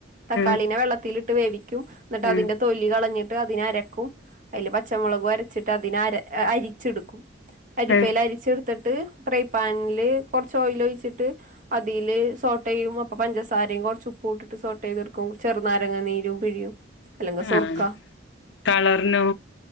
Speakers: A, on the right (about 40°); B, on the left (about 65°).
A: തക്കാളി
B: ആഹ്
A: വെള്ളത്തി ട്ട് വേവിക്കും എന്നിട്ട്
B: ആഹ്
A: അതിൻ്റെ തൊലി കളഞ്ഞിട്ട് അതിനരക്കും അതില് പച്ചമുളക് അരച്ചിട്ട് അതിന് അരിച്ചെടുക്കും അരിപ്പയില്
B: ആഹ്
A: അരിച്ചെടുത്തിട്ട് പ്രൈ പാനില് കൊറച്ച് ഓയില് ഒഴിച്ചിട്ട് അതിൽ സോട്ട് ചെയ്യും അപ്പൊ പഞ്ചസാരയും കുറച്ച് ഉപ്പ് ഇട്ടിട്ട് സോട്ട് ചെയ്തെടുക്കും ചെറുനാരങ്ങനീരും പിഴിയും അല്ലെങ്കില് സൊർക്ക
B: ആഹ് കളറിനോ